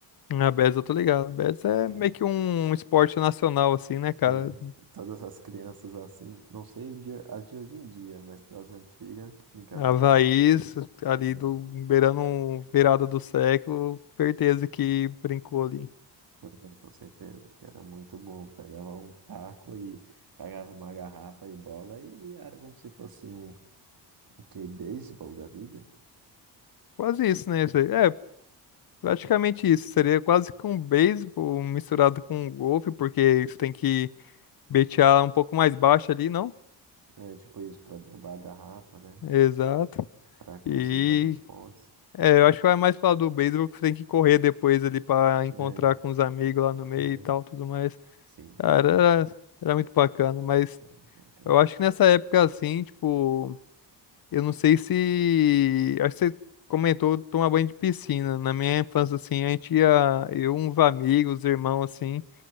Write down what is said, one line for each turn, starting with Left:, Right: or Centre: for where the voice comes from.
Left: A Betis, eu tô ligado. A Betis é
Right: É,
Left: meio que um esporte nacional, assim, né, cara?
Right: né? Todas essas crianças assim, não sei o de- as de hoje em dia, mas das antigas, brincava
Left: Havaí,
Right: de bets.
Left: ali
Right: Uhum.
Left: do
Right: <laughs>
Left: beirando um virada do século, certeza que brincou ali.
Right: Uhum, Com certeza, que era muito bom. Pegava um taco e pegava uma garrafa e bola e era como se fosse um, um que, beisebol da vida.
Left: Quase isso, né? Zé? É, praticamente isso. Seria quase que um beisebol misturado com um golfe, porque você tem que betear um pouco mais baixo ali, não?
Right: É tipo isso, pra derrubar a garrafa, né?
Left: Exato.
Right: Pra conseguir
Left: E
Right: fazer os pontos.
Left: é, eu acho que vai mais falar do beisebol que você tem que correr depois ali pra encontrar
Right: É,
Left: com os amigos lá no meio
Right: é.
Left: e tal, tudo mais.
Right: Sim, sim.
Left: Cara, era, era muito bacana, mas
Right: Era muito bacana.
Left: eu acho que nessa época assim, tipo. Eu não sei se. Acho que você comentou tomar banho de piscina. Na minha infância, assim, a gente ia. Eu, uns amigos, irmãos, assim.